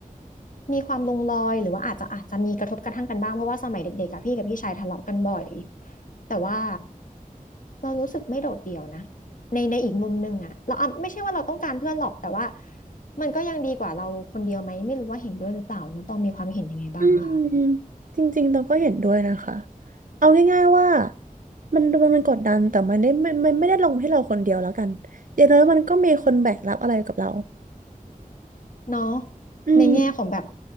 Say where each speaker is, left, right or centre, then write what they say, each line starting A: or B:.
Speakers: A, on the left; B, on the right.
A: มีความลงรอยหรือว่าอาจจะอาจจะมีกระทบกระทั่งกันบ้างเพราะว่าสมัยเด็กๆกับพี่กับพี่ชายทะเลาะกันบ่อยแต่ว่าเรารู้สึกไม่โดดเดี่ยวนะในในอีกมุมหนึ่งอะเราอ่ะไม่ใช่ว่าเราต้องการเพื่อนหรอกแต่ว่ามันก็ยังดีกว่าเราคนเดียวไหมไม่รู้ว่าเห็นด้วยหรือเปล่าเนาะต้องมีความเห็นยังไงบ้างอะคะ
B: อืมจริงๆเราก็เห็นด้วยนะคะเอาง่ายๆว่ามันมันมันกดดันแต่มันได้ไม่มันไม่ได้ลงให้เราคนเดียวแล้วกันอย่างน้อยมันก็มีคนแบกรับอะไรกับเรา
A: เนาะ
B: อืม
A: ในแง่ของแบบ